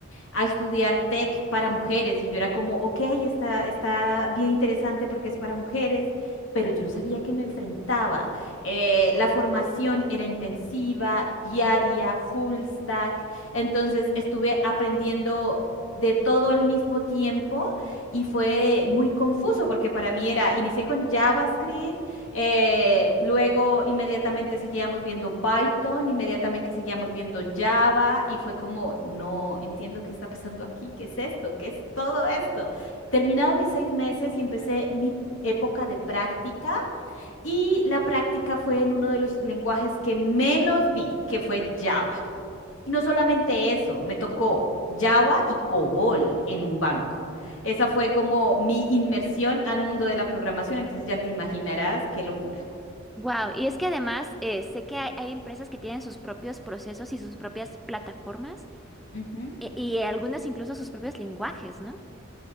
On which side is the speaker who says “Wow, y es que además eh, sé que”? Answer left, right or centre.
Centre